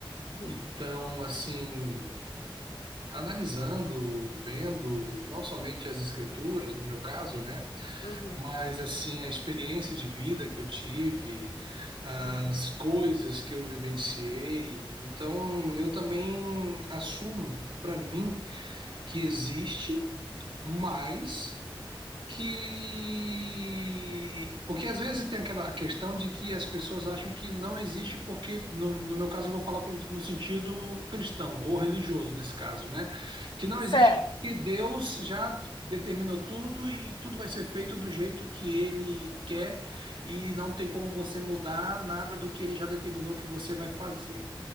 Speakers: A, on the left; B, on the right.
A: Uhum,
B: Então, assim, analisando, vendo, não somente as escrituras, no meu caso, né?
A: uhum,
B: Mas, assim, a experiência de vida que eu tive, as
A: uhum.
B: coisas que eu vivenciei. Então, eu também assumo para mim que existe, mas que. Porque às vezes tem aquela questão de que as pessoas acham que não existe, porque, no, no meu caso, eu vou falar pro- no sentido cristão ou religioso, nesse caso, né? Que não
A: Certo.
B: existe porque Deus já determinou tudo e tudo vai ser feito do jeito que ele quer e não tem como você mudar nada do que ele já determinou que você vai fazer.